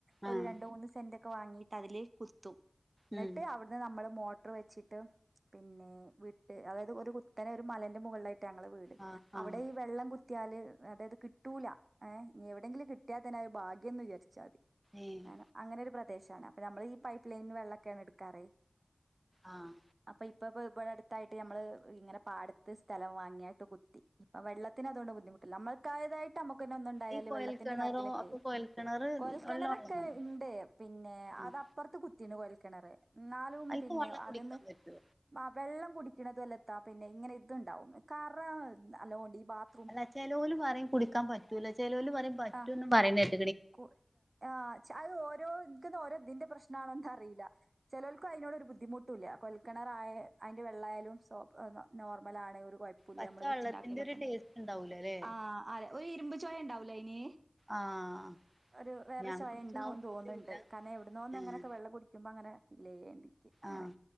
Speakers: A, on the right; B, on the right.
A: ഒര്
B: ആഹ് ആഹ്
A: രണ്ട് മൂന്ന് സെന്റ് ഒക്കെ വാങ്ങീട്ട് അതില് കുത്തും എന്നിട്ട്
B: ഉം
A: അവി ടെ നമ്മള് മോട്ടറ് വെച്ചിട്ട് പിന്നെ വിട്ട് അതായത് ഒരു കുത്തനെ ഒരു മലേന്റെ മുകളിലായിട്ടാ ഞങ്ങളെ വീ ട്
B: ആഹ്
A: അവിടെ
B: ആഹ്
A: ഈ വെള്ളം കുത്തിയാല് അതായത് കിട്ടൂല ഏഹ് ഇനി എവിടെയെങ്കിലും കിട്ടിയാൽത്തന്നെ അത് ഭാഗ്യം എന്ന് വിചാരിച്ചാ മതി
B: ഏഹ്
A: ങ്ങനെ അങ്ങനെ ഒരു പ്രദേശാണ് അപ്പൊ നമ്മൾ ഈ പൈപ്പ് ലൈൻ വെള്ളൊക്കെയാണ് എടുക്കാറ്
B: ആഹ്
A: അപ്പൊ ഇപ്പം ഇപ്പ ഇവിടെ അടുത്തായിട്ട് ന്തമ്മള് ഇങ്ങനെ പാടത്ത് സ്ഥലം വാങ്ങിയായിട്ട് കുത്തി ഇപ്പം വെള്ളത്തിന് അതുകൊണ്ട് ബുദ്ധിമുട്ടില്ല നമ്മൾക്കായത ട്ട് നമുക്കന്നെ ഒന്നൊണ്ടായാല്
B: ഈ കൊയൽ
A: വെള്ളത്തിന്റെ
B: കിണറോ
A: കാര്യത്തിലൊക്കെ
B: അപ്പൊ കൊയൽ കിണറ്
A: കൊഴൽക്കിണറൊക്കെ
B: വെള്ളം ഉള്ളതാണോ
A: ഇണ്ട് പിന്നെ
B: ആഹ്
A: അതപ് പ്പുറത്ത് കുത്തീന് കൊഴൽക്കിണറ് എന്നാലും
B: അയിത്തെ
A: പിന്നെ
B: വെള്ളം
A: അതന്ന്
B: കുടിക്കാൻ പറ്റോ
A: ആഹ് വെള്ളം കുടിക്കണതുവല്ലത്താ പിന്നെ ഇങ്ങനെ ഇതുണ്ടാവും കറ നല്ലോണ്ട് ഈ ബാത്
B: അല്ല ചെലോല് പറയും കുടിക്കാൻ പറ്റൂല ചെലോല് പറയും പറ്റൂന്നും
A: ആ
B: പറയണേണ്ട്
A: കു ആഹ് അത് ഓരോ ന്ന ഓരോ ഇതിന്റെ പ്രശ്നാണോന്ന് അറിയില്ല ചെലോൽക്കും അതിനോട് ഒരു ബുദ്ധിമുട്ടൂല്ല കുഴൽ കിണറായ അതിൻ്റെ വെള്ളമായാലും സോപ്പ് നോർമലാണ് ഒരു കൊഴപ് പ്പൂല്യ
B: പച്ചവെള്ളത്തിന്റെ
A: നമ്മള് വെച്ചിണ്ടാക്കലൊക്കെ
B: ഒരു ടേസ്റ്റ് ഉണ്ടാവൂലല്ലേ
A: ആഹ് അതെ ഒരു ഇരുമ്പ് ചൊയ ഒണ്ടാവൂലേ അയിന്
B: ആഹ്
A: ഒരു വേറെ
B: ഞാൻ
A: ചൊയ
B: കുടിച്ച്
A: ഉണ്ടാവുംന്ന്
B: നോക്കിട്ടില്ല
A: തോന്നുണ്ട് കാരണം എവിടന്നോന്നൊങ്ങനൊക്കെ
B: ഏഹ്
A: വെള്ളം കുടിക്കുമ്പോ അങ്ങനെ ഫീൽ ചെയ്യേണ്ട് ക്ക് അങ്ങനെ
B: ആഹ്